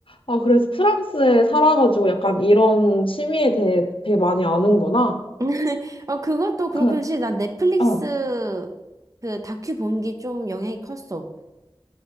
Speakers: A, on the left; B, on the right.
A: 아, 그래서 프랑스에 살아가지고 약간 이런 취미에 대해 되게 많이 아는구나.
B: <laughs> 어, 그것도 그렇고,
A: 그,
B: 사실 난 넷플릭스
A: 어.
B: 그 다큐 본 게 좀 영향이 컸어.